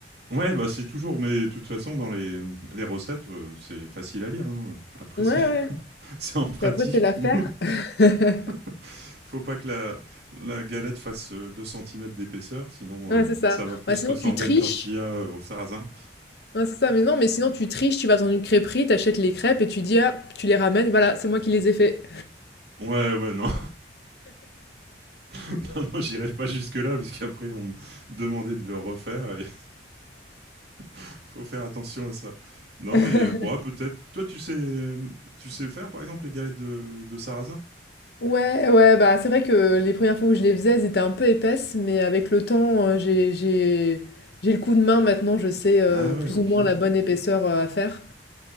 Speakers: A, on the right; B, on the left.
A: Ouais, bah c'est toujours, mais de toute façon, dans les, les recettes, euh, c'est facile à lire. hein. Après,
B: Ouais,
A: c'est <laughs>
B: ouais.
A: c'est en pratique
B: Et après, c'est l'affaire.
A: où
B: <laughs>
A: <laughs> faut pas que la, la galette fasse euh, 2 cm d'épaisseur, sinon
B: Ouais,
A: euh,
B: c'est ça.
A: ça va plus
B: Bah, sinon,
A: ressembler
B: tu triches.
A: à une tortilla euh, au sarrasin.
B: Ouais, c'est ça, mais non, mais sinon tu triches, tu vas dans une crêperie, t'achètes les crêpes et tu dis, ah, tu les ramènes, voilà, c'est moi qui les ai fait.
A: Ouais, ouais, non, <laughs> non, non, j'irai pas jusque-là, puisqu'après, ils vont me demander de le refaire et <laughs> faut faire attention à ça. Non,
B: <laughs>
A: mais euh, bon, ouais, peut-être. Toi, tu sais, tu sais faire, par exemple, les galettes de, de sarrasin?
B: Ouais, ouais, bah c'est vrai que les premières fois où je les faisais, elles étaient un peu épaisses, mais avec le temps, euh, j'ai, j'ai, j'ai le coup de main maintenant, je sais euh,
A: Ah ouais,
B: plus
A: ok.
B: ou moins la bonne épaisseur euh, à faire.